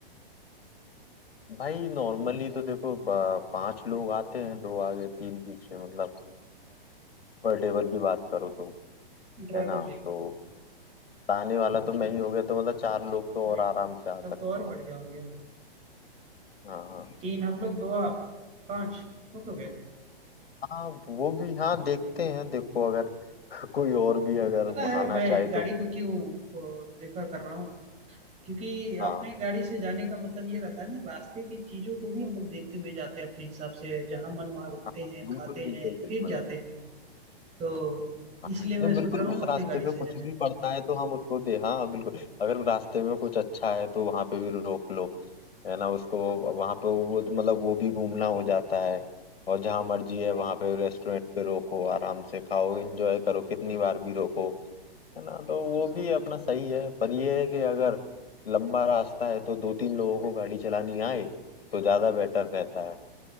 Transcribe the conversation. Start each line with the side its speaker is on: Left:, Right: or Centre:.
Left: भाई नॉर्मली तो देखो ब- पांच लोग आते हैं दो आगे तीन पीछे मतलब कंफर्टेबल की बात करो तो
Right: ड्राइवर
Left: है ना
Right: लेकर
Left: तो ताने वाला तो मैं ही हो गया तो मतलब चार लोग तो
Right: अरे
Left: और आराम से आ सकते
Right: तब तो और बढ़िया हो गया
Left: हैं। हाँ हाँ
Right: तीन हम लोग दो आप पांच हो तो गए
Left: हाँ वो भी हाँ देखते हैं देखो अगर <laughs> कोई और भी अगर
Right: पता है
Left: आना
Right: मैं
Left: चाहे तो
Right: गाड़ी को क्यों प्रेफर कर रहा हूँ क्योंकि
Left: हाँ
Right: अपने गाड़ी से जाने का मतलब ये रहता है ना रास्ते की चीजों को भी हम लोग देखते हुए जाते हैं अपने हिसाब से जहाँ मन वहाँ रुकते
Left: हाँ,
Right: हैं
Left: बिल्कुल
Right: खाते
Left: बिल्कुल
Right: हैं
Left: बिल्कुल
Right: फिर जाते हैं तो
Left: हाँ,
Right: इसलिए मैं
Left: नहीं बिल्कुल
Right: सोच रहा हूँ
Left: उस
Right: अपने
Left: रास्ते
Right: गाड़ी
Left: पे
Right: से
Left: कुछ
Right: जाए
Left: भी पड़ता है तो हम उसको दे हाँ बिल्कुल अगर रास्ते में कुछ अच्छा है तो वहां पे भी रोक लो है ना उसको वहां पे वो मतलब वो भी घूमना हो जाता है और जहाँ मर्जी है वहां पे रेस्टोरेंट पे रोको आराम से खाओ एंजॉय करो कितनी बार भी रोको है ना तो वो भी अपना सही है पर ये है कि अगर लंबा रास्ता है तो दो तीन लोगों को गाड़ी चलानी आए तो ज्यादा बेटर रहता है